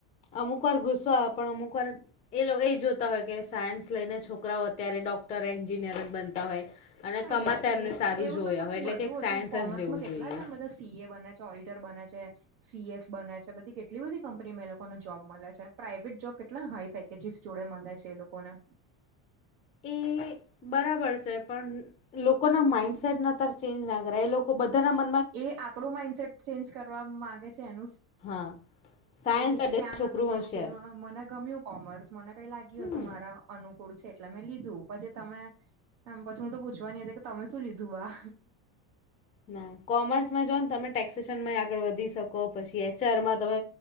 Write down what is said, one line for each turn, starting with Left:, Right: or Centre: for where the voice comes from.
Left: અમુક વાર ઘુસો પણ અમુક વાર એ લોકો એ જોતા હોય કે સાયન્સ લઈને છોકરાઓ અત્યારે ડોક્ટર એન્જિનિયર જ બનતા હોય. અને
Right: હા
Left: કમાતા
Right: એ તો
Left: એમને
Right: એ
Left: સારું
Right: એવું
Left: જોયા
Right: તો પછી
Left: હોય એટલે
Right: બધું
Left: કે સાયન્સ
Right: હજુ કોમર્સમાં
Left: જ લેવું
Right: કેટલા
Left: જોઈએ
Right: જણ બધા સી એ બને છે ઓડિટર બને છે. સીએએસ બને્યા છે બધી કેટલી બધી કંપનીમાં એ લોકોને જોબ મળે છે પ્રાઇવેટ જોબ કેટલા હાઈ પેક- - તેજી જોડે મળે છે એ લોકોના <inaudible>
Left: એ બરાબર છે પણ લોકોના માઈન્ડસેટ ના ત ચેન્જ ના કરે એ લોકો બધાના મ
Right: એ આપણું માઇન્ડસેટ ચેન્જ કરવા મામાંગે છે એનું
Left: હા સાયન્સ
Right: એ કે છે
Left: એટલે
Right: કે આ નોતો
Left: છોકરું
Right: કરવું
Left: હોશિયાર
Right: પેલું મને ગમ્યું કોમર્સ મને કઈ લાગ્યું
Left: હમ
Right: હશે મારા અનુકૂળ છે એટલે મેં લીધું પછી તમે આમ પછી હું તો પૂછવાની હતી કે તમે શું લીધું બા
Left: ના કોમર્સમાં જો ને તમે ટેક્સેેશનમાં આગળ વધી શકો પછી એચઆરમાં તમે